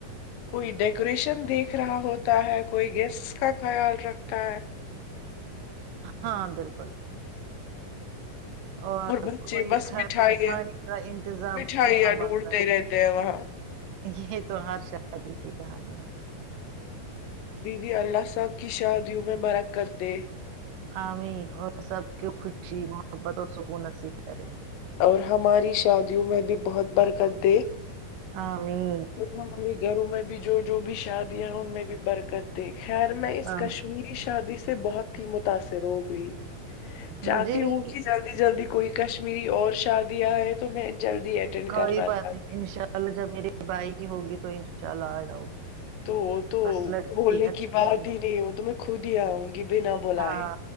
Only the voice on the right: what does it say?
ہاں بالکل بکل اور
کوئی
ک
کھانے کا انتظام
سنبھالتا
ہے
یہ تو ہر شادی کی کہانی ہے
عامین اور سب کے خوشی محبت اور سکون نصیب کرے
ہ میں
آمین۔
مجھے بھی
کوئی
بات
نہیں ان
شاء اللہ جب میرری بائی کی ہوگی تو ان شاء اللہ آڈاؤ گی
بس لڑکی
اچھی
ہونی
ہاں